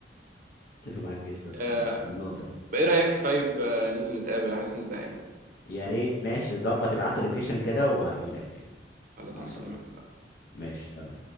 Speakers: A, on the left; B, on the right.
A: متفق معاك جدا
B: آه،
A: في ال- في النقطه دي
B: بقى ايه رايك طيب آه، ننزل نتقابل احس اني زهقان
A: يا ريت ماشي ظبط ابعت لي لوكيشن كده وهجيلك يعني
B: خلاص
A: خلصان
B: انا اكلمك
A: ماشي سلام